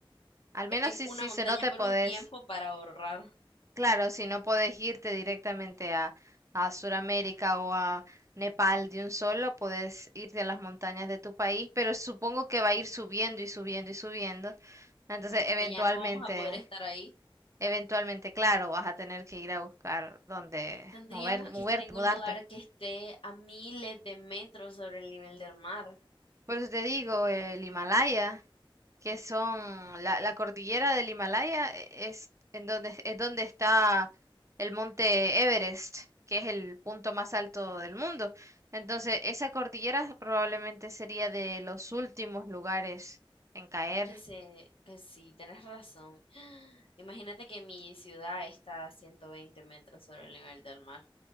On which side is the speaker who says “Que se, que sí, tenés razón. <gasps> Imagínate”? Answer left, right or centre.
Left